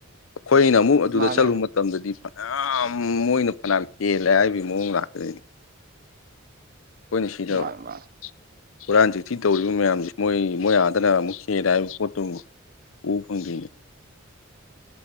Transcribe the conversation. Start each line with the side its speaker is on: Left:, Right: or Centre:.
Left: ꯑꯩꯈꯣꯏꯅ ꯑꯃꯨꯛ ꯑꯗꯨꯗ
Right: ꯃꯥꯅꯦ
Left: ꯆꯠꯂꯨ ꯃꯥ ꯃꯇꯝꯗꯗꯤ ꯐꯅꯌꯥꯝ ꯃꯣꯏꯅ ꯐꯅꯥꯝ ꯍꯦꯂꯦ ꯍꯥꯏꯕꯒꯤ ꯃꯑꯣꯡ ꯂꯥꯛꯀꯗꯣꯏꯅꯤ ꯑꯈꯣꯏꯅꯥ ꯁꯤꯗꯥꯃꯨꯛ
Right: ꯃꯥꯅꯦ ꯃꯥꯅꯦ
Left: ꯍꯨꯔꯥꯟ ꯆꯤꯟꯊꯤ ꯇꯧꯔꯤꯕ ꯃꯌꯥꯝꯁꯦ ꯃꯣꯏ ꯃꯣꯏ ꯑꯥꯗꯅ ꯑꯃꯨꯛ ꯍꯦꯂꯦ ꯍꯥꯏꯕ ꯄꯣꯠꯇꯨꯃꯨꯛ ꯎ ꯐꯪꯗꯣꯢꯅꯦ